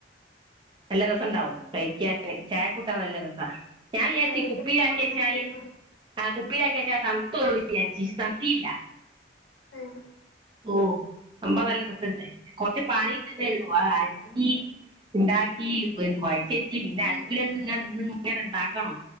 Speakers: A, on the right (about 25°); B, on the left (about 75°).
A: നല്ല രെസംണ്ടാവും
B: ഉം ഉം
A: കയിക്കാന് ചായക്കൂട്ടാൻ നല്ല രെസാ ഞാം വിചാരിച്ചി
B: വെറുതെ
A: കുപ്പീലാക്കി
B: കുമ്പളങ്ങ
A: വെച്ചാല്
B: തിന്ന
A: ആ കുപ്പീലാക്കി വെച്ചാ തണുതോവും വിചാരിച്ചി തണ്ത്തീല്ല
B: ഏഹ്
A: ഓ സമ്പവം നല്ല രെസണ്ട് കൊറച്ച് പണിണ്ട്ന്നേ ഉള്ളൂ ആ അരിഞ്ഞി ഉണ്ടാക്കി വ് കൊയ്ച്ചേ ച്ചി പിന്നെ
B: ഉം
A: അട്പ്പിലെടുത്ത്ങ്ങനെ
B: ഉം
A: നിന്ന് ങ്ങനെ ണ്ടാക്കണം